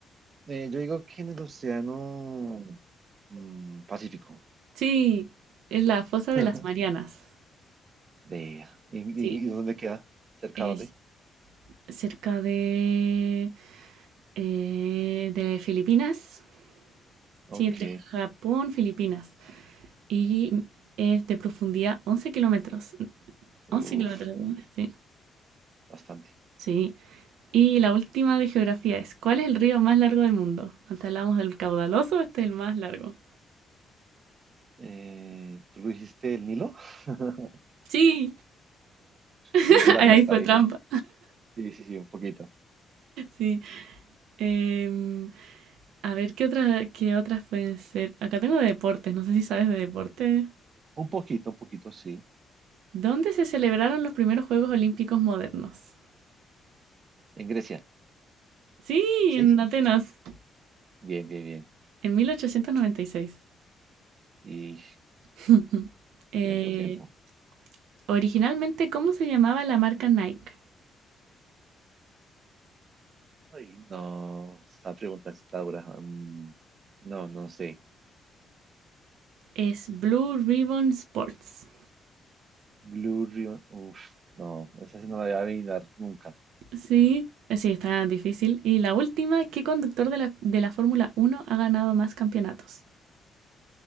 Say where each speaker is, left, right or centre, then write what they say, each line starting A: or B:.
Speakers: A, on the right; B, on the right.
A: Eh, yo digo que en el Océano mm, Pacífico.
B: Sí, es la fosa de
A: <laughs>
B: las Marianas.
A: Vea, ¿Y,
B: Sí,
A: y- y dónde queda? ¿Cerca
B: es
A: de dónde?
B: cerca de, eh, de Filipinas.
A: Ok,
B: Sí, entre Japón, Filipinas. Y es de profundidad 11 kilómetros. Once
A: uff,
B: kilómetros, sí.
A: bastante.
B: Sí. Y la última de geografía es, ¿cuál es el río más largo del mundo? Antes hablamos del caudaloso, este es el más largo.
A: Eh, ¿tú lo dijiste el Nilo? <laughs>
B: Sí,
A: Me
B: <laughs>
A: dice la
B: ahí
A: pista
B: fue
A: ahí.
B: trampa.
A: Sí, sí, sí, un poquito.
B: Sí. Em, a ver, ¿qué otras, qué otras pueden ser? Acá tengo de deportes, no sé si sabes de deportes.
A: Un poquito, un poquito, sí.
B: ¿Dónde se celebraron los primeros Juegos Olímpicos modernos?
A: En Grecia,
B: Sí,
A: ¿sí?
B: en Atenas,
A: Bien, bien, bien.
B: en 1896.
A: Y
B: <laughs> Eh,
A: tiempo, tiempo.
B: originalmente, ¿cómo se llamaba la marca Nike?
A: Ay, no, esta pregunta está dura. Mm, no, no sé.
B: Es Blue Ribbon Sports.
A: Blue Ribbon, uf, no, esa sí no la voy a adivinar nunca.
B: Sí, eh, sí, está difícil. Y la última, ¿qué conductor de la, de la Fórmula Uno ha ganado más campeonatos?